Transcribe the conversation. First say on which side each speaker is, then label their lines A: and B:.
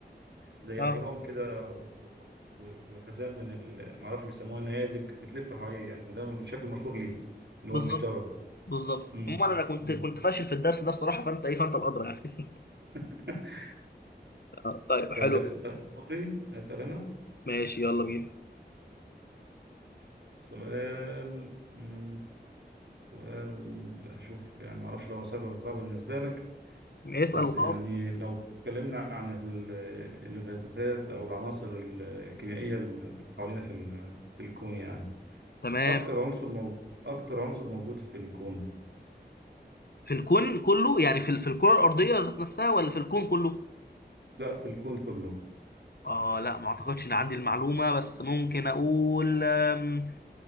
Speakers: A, on the right; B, on the left.
A: زي
B: اه
A: أجرام كده و- و- وحزام من ال... معرفش بيسموها النيازج بتلف حواليه يعني ده الشكل المشهور ليه اللي هو
B: بالظبط
A: المشتري
B: بالظبط
A: مم.
B: عموما انا كنت
A: مم.
B: كنت فاشل في الدرس ده بصراحه فانت ايه فانت الادرى يعني
A: <laughs>
B: <laughs> آه، طيب حلو
A: طيب بس آه، دوري أسأل أنا
B: ماشي يلا بينا
A: سؤال مم. سؤال أشوف يعني معرفش لو سهل ولا صعب بالنسبة لك
B: اسال
A: بس
B: وخلاص
A: يعني لو اتكلمنا عن ال- الغازات أو العناصر الكيميائية اللي حوالينا في ال- في الكون يعني
B: تمام
A: أكتر عنصر موجود أكتر عنصر موجود في الكون
B: في الكون كله يعني في في الكرة الأرضية ذات نفسها ولا في الكون كله؟
A: لا في الكون كله
B: اه لا ما اعتقدش ان عندي المعلومة بس ممكن اقول أم،